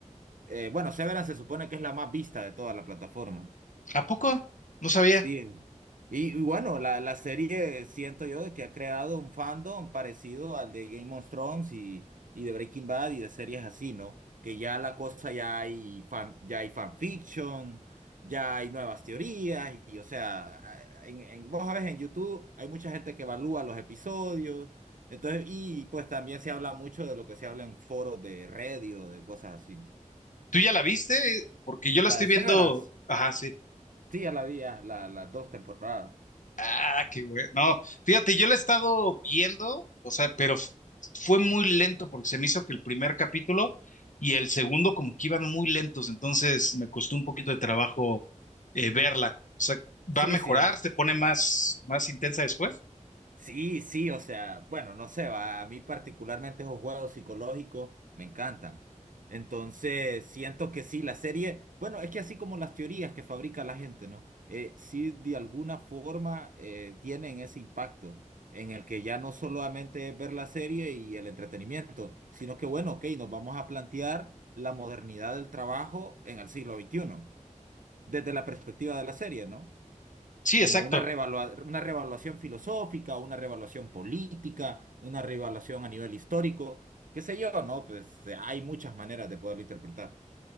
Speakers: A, on the right; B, on the left.
A: eh, bueno, Severance se supone que es la más vista de toda la plataforma.
B: ¿a poco? No sabía.
A: Sí. Y, y bueno, la, la serie eh, siento yo de que ha creado un fandom parecido al de Game of Thrones y, y de Breaking Bad y de series así, ¿no? Que ya la cosa ya hay fan, ya hay fanfiction, ya hay nuevas teorías, y, o sea, a- en, en- vos sabes en YouTube hay mucha gente que evalúa los episodios, entonces, y pues también se habla mucho de lo que se habla en foros de Reddit o de cosas así, ¿no?
B: ¿Tú ya la viste? Porque yo la
A: La
B: estoy
A: de
B: viendo,
A: Severance,
B: ajá, sí.
A: sí, ya la vi, ya, la, las dos temporadas.
B: Ah, qué bueno. No, fíjate, yo la he estado viendo, o sea, pero f- fue muy lento porque se me hizo que el primer capítulo y el segundo como que iban muy lentos, entonces me costó un poquito de trabajo eh, verla. O sea,
A: Sí,
B: ¿va a mejorar?
A: sí.
B: ¿Se pone más, más intensa después?
A: Sí, sí, o sea, bueno, no sé, va, a mí particularmente esos juegos psicológicos me encantan. Entonces, siento que sí, la serie, bueno, es que así como las teorías que fabrica la gente, ¿no? Eh, sí, de alguna forma eh, tienen ese impacto en el que ya no solamente es ver la serie y el entretenimiento, sino que, bueno, ok, nos vamos a plantear la modernidad del trabajo en el siglo veintiuno desde la perspectiva de la serie, ¿no?
B: Sí,
A: como
B: exacto.
A: una revalua- una revaluación filosófica, una revaluación política, una revaluación a nivel histórico, qué sé yo, ¿no? Pues eh, hay muchas maneras de poderlo interpretar.